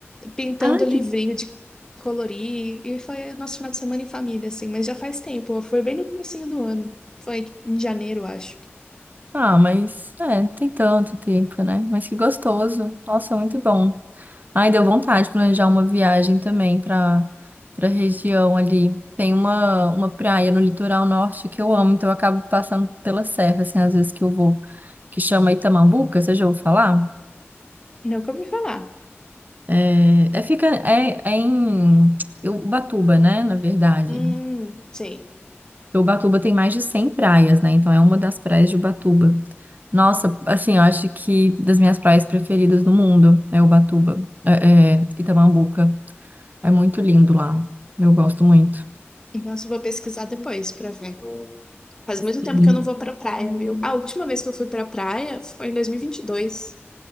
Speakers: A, on the left; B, on the right.
A: pintando
B: Ai,
A: livrinho
B: que.
A: de colorir. E foi o nosso final de semana em família, assim, mas já faz tempo. Foi bem no comecinho do ano. Foi tipo, em janeiro, acho.
B: Ah, mas é, tem tanto tempo, né? Mas que gostoso. Nossa, muito bom. Ai, deu vontade de planejar uma viagem também para para região ali. Tem uma, uma praia no litoral norte que eu amo, então eu acabo passando pela serra, assim, às vezes que eu vou, que chama Itamambuca, você já ouviu falar?
A: Não que eu ouvi falar.
B: É, é fica é, é em Ubatuba, né, na verdade.
A: Hum, sei.
B: Ubatuba tem mais de 100 praias, né? Então é uma das praias de Ubatuba. Nossa, assim, eu acho que das minhas praias preferidas no mundo é Ubatuba, é, é, Itamambuca. É muito lindo lá. Eu gosto muito.
A: Então eu vou pesquisar depois pra ver. Faz muito
B: Sim.
A: tempo que eu não vou pra praia, viu? A última vez que eu fui pra praia foi em 2022.